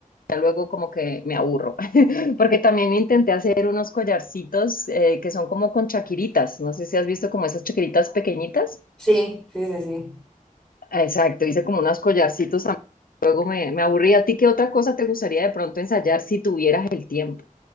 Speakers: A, on the left; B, in the centre.
A: ya luego como que me aburro, <laughs> porque también intenté hacer unos collarcitos eh, que son como con chaquiritas, no sé si has visto como esas chaquiritas pequeñitas.
B: Sí, sí, sí, sí.
A: Exacto, hice como unos collarcitos Luego me, me aburrí. ¿A ti qué otra cosa te gustaría de pronto ensayar si tuvieras el tiempo?